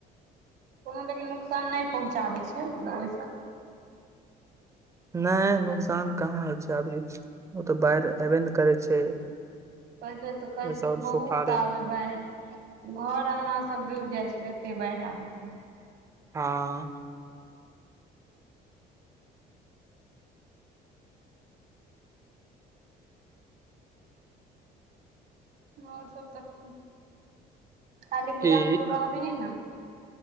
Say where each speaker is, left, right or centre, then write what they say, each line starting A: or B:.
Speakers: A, on the right; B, on the right.
A: कोनो तरके नुकसान नहि पहुँचाबै छै मतलब ओहिस
B: नहि नुकसान कहा होइ छै आब ओ तऽ बाढ़ि एबे ने करै छै
A: पहिले तऽ
B: ओहिसँ
A: कहे छलू
B: आओर
A: बहुत
B: सुखाड़े
A: आबे बाढ़ घर अंगना सभ डूबि जाय छले एते बाढ़ि आबैत रहे
B: ह
A: आओर सभ तखन काली पूजा
B: की
A: मे तू रहबिही ने